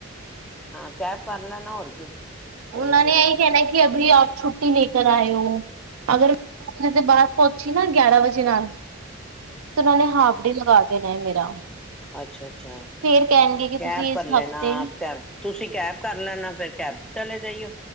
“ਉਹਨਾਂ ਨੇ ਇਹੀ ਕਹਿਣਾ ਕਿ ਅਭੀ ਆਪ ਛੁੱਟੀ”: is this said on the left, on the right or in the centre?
Right